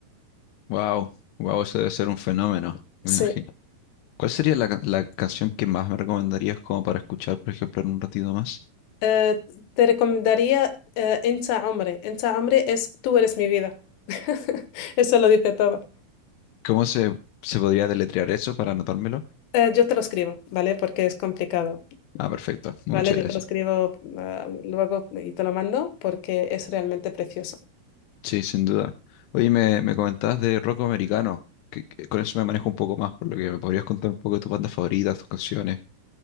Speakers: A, on the left; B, on the left.
A: Wow, wow, eso debe ser un fenómeno,
B: Sí.
A: me imagino. ¿Cuál sería la, ca- la canción que más me recomendarías como para escuchar, por ejemplo, en un ratito más?
B: Eh, te recomendaría eh, Encha Hombre. Encha Hombre es Tú eres mi vida. <laughs> Eso lo dice todo.
A: ¿Cómo se, se podría deletrear eso para anotármelo?
B: Eh, yo te lo escribo, ¿vale? Porque es complicado,
A: Ah, perfecto. Muchas
B: ¿vale? Yo
A: gracias.
B: te lo escribo ah, luego y te lo mando porque es realmente precioso.
A: Sí, sin duda. Oye, me, me comentabas de rock americano. que- que con eso me manejo un poco más, por lo que me podrías contar un poco de tus bandas favoritas, tus canciones.